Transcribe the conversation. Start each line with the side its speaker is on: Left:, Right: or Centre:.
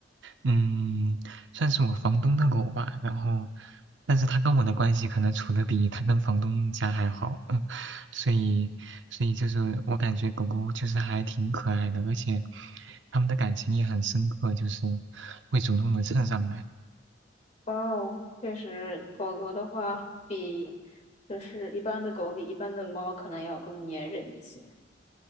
Right: 嗯，算是我房东的狗吧。然后，但是它跟我的关系可能处的比它跟房东家还好，<laughs> 嗯，所以，所以就是我感觉狗狗就是还挺可爱的，而且他们的感情也很深刻，就是会主动的蹭上来。
Left: 哇哦，确实，狗狗的话比就是一般的狗比一般的猫可能要更粘人一些。